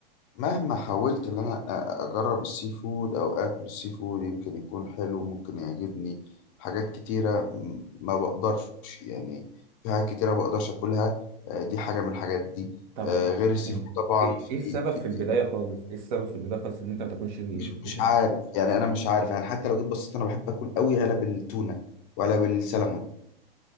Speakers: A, on the left; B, on the right.
A: مهما حاولت ان انا أ- أ- اجرب السي فود او اكل السي فود يمكن يكون حلو ممكن يعجبني حاجات كتيرة م- ما بقدرش يعني في حاجات كتيرة ما بقدرش اكلها آه، دي حاجة من الحاجات دي
B: طب
A: آه، غير السي
B: يعني
A: فود طبعا
B: إيه
A: في
B: إيه السبب
A: في
B: في البداية
A: في
B: خالص؟ إيه السبب في البداية خالص إن أنت ما تاكلش السي
A: مش مش
B: فود؟
A: عارف يعني انا مش عارف يعني حتى لو جيت بصيت انا بحب اكل قوي علب التونة وعلب السلمون